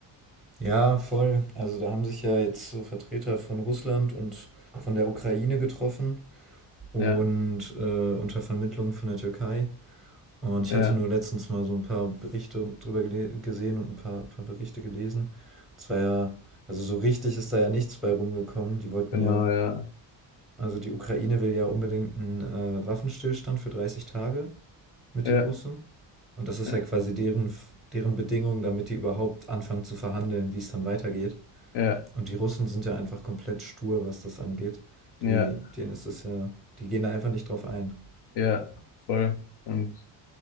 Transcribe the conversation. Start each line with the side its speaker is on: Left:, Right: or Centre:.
Centre: Ja, voll. Also da haben sich ja jetzt so Vertreter von Russland und von der Ukraine getroffen und
Left: Ja,
Centre: äh, unter Vermittlung von der Türkei. Und ich
Left: ja,
Centre: hatte nur letztens mal so ein paar Berichte drüber gele- gesehen und ein paar, paar Berichte gelesen. Es war ja, also so richtig ist da ja nichts bei rumgekommen. Die wollten
Left: genau,
Centre: ja,
Left: ja.
Centre: also die Ukraine will ja unbedingt einen äh, Waffenstillstand für 30 Tage mit
Left: Ja,
Centre: den Russen. Und das ist
Left: ja,
Centre: ja quasi deren, deren Bedingung, damit die überhaupt anfangen zu verhandeln, wie es dann weitergeht.
Left: ja,
Centre: Und die Russen sind ja einfach komplett stur, was das angeht.
Left: ja,
Centre: Die, denen ist es ja, die gehen da einfach nicht drauf ein.
Left: ja, voll. Und